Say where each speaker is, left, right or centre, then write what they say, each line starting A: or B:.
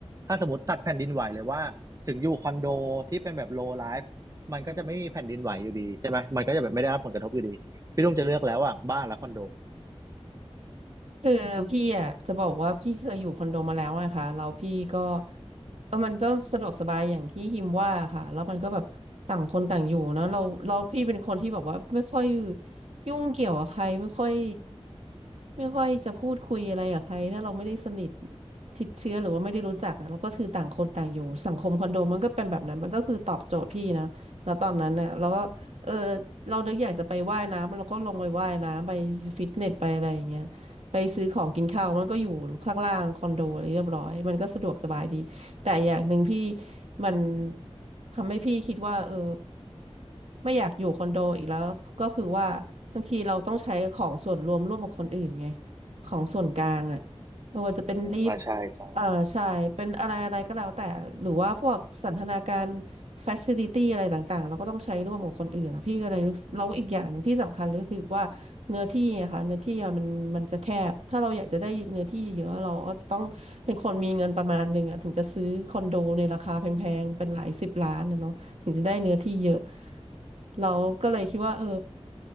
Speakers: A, on the right; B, on the right.
A: ถ้าสมมติตัดแผ่นดินไหวเลยว่าถึงอยู่คอนโดที่เป็นแบบโลไลฟ์มันก็จะไม่มีแผ่นดินไหวอยู่ดีใช่ไหมมันก็จะแบบไม่ได้รับผลกระทบอยู่ดีพี่ตุ้มจะเลือกแล้วอ่ะบ้านและคอนโด
B: คือพี่อ่ะจะบอกว่าพี่เคยอยู่คอนโดมาแล้วอะค่ะแล้วพี่ก็เออมันก็สะดวกสบายอย่างที่ฮิมว่าค่ะแล้วมันก็แบบต่างคนต่างอยู่เนาะเราเราพี่เป็นคนที่แบบว่าไม่ค่อยยุ่งเกี่ยวกับใครไม่ค่อยไม่ค่อยจะพูดคุยอะไรกับใครถ้าเราไม่ได้สนิทชิดเชื้อหรือว่าไม่ได้รู้จักอะเราก็คือต่างคนต่างอยู่สังคมคอนโดมันก็เป็นแบบนั้นมันก็คือตอบโจทย์พี่นะแล้วตอนนั้นเนี่ยเราก็เออเรานึกอยากจะไปว่ายน้ำเราก็ลงไปว่ายน้ำไปฟิตเนสไปอะไรอย่างเงี้ย ไปซื้อของกินข้าวมันก็อยู่ข้างล่างคอนโดอะไรเรียบร้อยมันก็สะดวกสบายดีแต่อย่างหนึ่งพี่มันทำให้พี่คิดว่าเออไม่อยากอยู่คอนโดอีกแล้วก็คือว่าบางทีเราต้องใช้ของส่วนรวมร่วมกับคนอื่นไงของส่วนกลางอ่ะไม่ว่าจะเป็นลิฟต์
A: อืมอ่าใช่ใช่
B: เอ่อใช่เป็นอะไรอะไรก็แล้วแต่หรือว่าพวกสันทนาการ f a c i l i t y อะไรต่างๆเราก็ต้องใช้ร่วมกับคนอื่นอะพี่ก็เลยรู้สึกแล้วอีกอย่างหนึ่งที่สำคัญเลยก็คือว่า เนื้อที่อะค่ะเนื้อที่อะมันมันจะแคบถ้าเราอยากจะได้เนื้อที่เยอะเราก็ต้องเป็นคนมีเงินประมาณหนึ่งอะถึงจะซื้อคอนโดในราคาแพงๆเป็นหลายสิบล้านนะเนาะถึงจะได้เนื้อที่เยอะเราก็เลยคิดว่าเออ